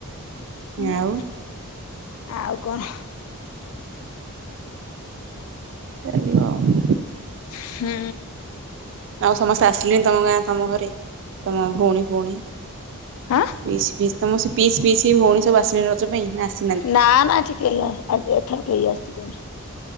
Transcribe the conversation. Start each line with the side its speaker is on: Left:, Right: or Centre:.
Left: ହୁଁ,
Right: ଆଉ
Left: ଆଉ କଣ?
Right: ଚାଲିବ ଆଉ।
Left: ହୁଁ।
Right: ଆଉ ସମସ୍ତେ ଆସିଲେଣି ତମ ଗାଁ ତମ ଘରେ ତମ ଭଉଣୀ ଫଉଣୀ?
Left: ହାଁ?
Right: ପିଇସ୍ ପିଇସ୍ ତମ ସେ ପିଇସ୍ ପିଇସି ଭଉଣୀ ସବୁ ଆସିଲଣି ରଜ ପାଇଁ? ନା ଆସି
Left: ନା ନା ଏଠିକ ଆ ଏଥର କେହି ଆସିବେନି।